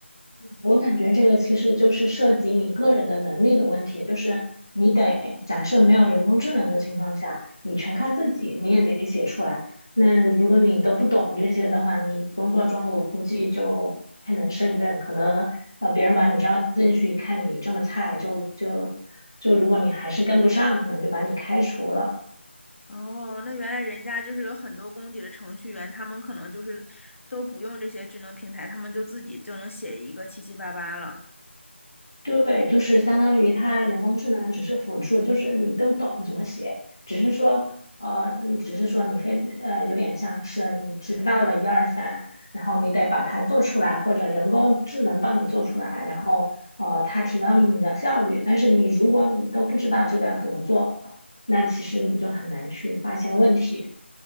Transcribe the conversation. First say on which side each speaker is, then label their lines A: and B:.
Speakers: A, on the left; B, on the left.
A: 我感觉这个其实就是涉及你个人的能力的问题，就是你得假设没有人工智能的情况下，你全靠自己，你也得写出来。那如果你都不懂这些的话，你工作中我估计就不太能胜任，可能呃别人把你招进去，看你这么菜，就就就如果你还是跟不上，可能就把你开除了。
B: 哦，那原来人家就是有很多功底的程序员，他们可能就是都不用这些智能平台，他们就自己就能写一个七七八八了。
A: 对，就是相当于它人工智能只是辅助，就是你都懂怎么写，只是说，呃，嗯只是说你非呃有点像是你知道了一二三，然后你得把它做出来，或者人工智能帮你做出来，然后呃它提高了你的效率。但是你如果你都不知道这个要怎么做，那其实你就很难去发现问题。